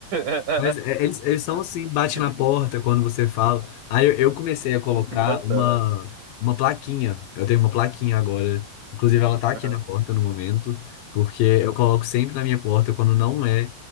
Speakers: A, on the right (about 60°); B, on the left (about 85°).
A: <laughs>
B: Mas é- eles, eles são assim, bate
A: Tipo,
B: na porta quando você fala. Aí eu, eu comecei a colocar
A: é muito engraçado.
B: uma, uma plaquinha. Eu tenho uma plaquinha agora. Inclusive, ela tá
A: Aham.
B: aqui na porta no momento, porque eu coloco sempre na minha porta quando não é